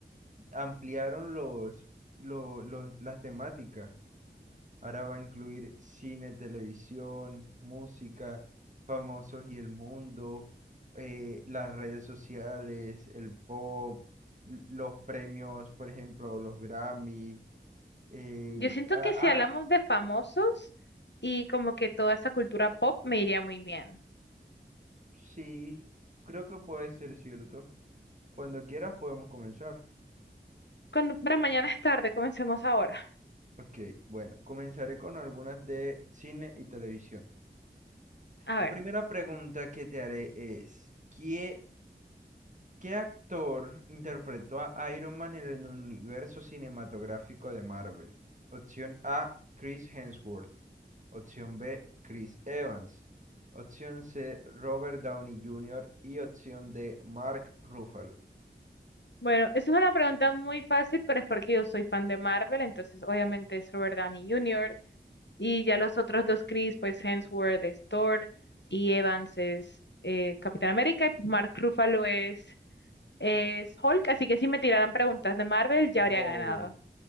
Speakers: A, on the right; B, on the left.
A: ampliaron los, lo- los- las temáticas. Ahora va a incluir cine, televisión, música, famosos y el mundo, eh, las redes sociales, el pop, l- los premios, por ejemplo, los Grammy. eh,
B: Yo siento
A: ah,
B: que si
A: ah,
B: hablamos de famosos y como que toda esa cultura pop me iría muy bien.
A: sí, creo que puede ser cierto. Cuando quieras podemos comenzar.
B: Cuando, para mañana es tarde, comencemos ahora.
A: Ok, bueno, comenzaré con algunas de cine y televisión.
B: A ver,
A: La primera pregunta que te haré es, ¿quién, ¿Qué actor interpretó a Iron Man en el universo cinematográfico de Marvel? Opción A, Chris Hemsworth. Opción B, Chris Evans. Opción C, Robert Downey Jr. Y opción D, Mark Ruffalo.
B: bueno, eso es una pregunta muy fácil, pero es porque yo soy fan de Marvel, entonces obviamente es Robert Downey Jr. Y ya los otros dos Chris, pues Hemsworth es Thor y Evans es eh, Capitán América y Mark Ruffalo es, es Hulk. Así que si me tiraran preguntas de Marvel, ya
A: Wow,
B: habría ganado.